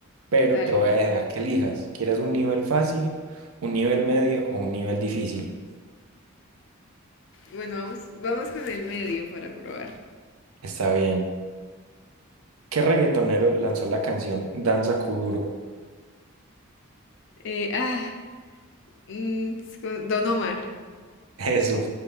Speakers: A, on the right; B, on the left.
A: pero
B: Dale.
A: te voy a dejar que elijas. ¿Quieres un nivel fácil, un nivel medio o un nivel difícil?
B: Bueno, vamos, vamos con el medio para probar.
A: Está bien. ¿Qué reggaetonero lanzó la canción Danza Kuduro?
B: Eh, ah, mm, con Don Omar.
A: <laughs> Eso,